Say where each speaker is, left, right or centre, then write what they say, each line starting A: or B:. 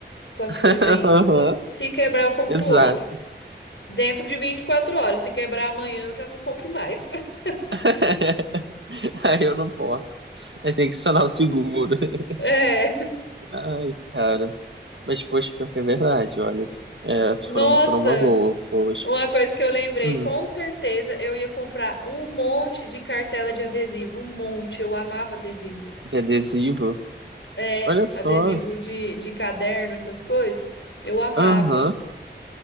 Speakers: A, on the left (about 85°); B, on the right (about 80°).
A: com as
B: <laughs>
A: coisas aí.
B: Aham,
A: Se quebrar, eu compro
B: Exato.
A: outro. Dentro de 24 horas. Se quebrar amanhã, eu já não compro mais. <laughs>
B: <laughs> Aí eu não posso. Aí tem que acionar o seguro. <laughs>
A: É.
B: Ai, cara. Mas, poxa, pior que é verdade, olha. É,
A: Nossa!
B: foram, foram uma boa, poxa.
A: Uma coisa que eu lembrei,
B: Hum,
A: com certeza eu ia comprar um monte de cartela de adesivo, um monte. Eu amava adesivo.
B: de adesivo.
A: É,
B: Olha só.
A: adesivo de, de caderno, essas coisas, eu amava.
B: Aham.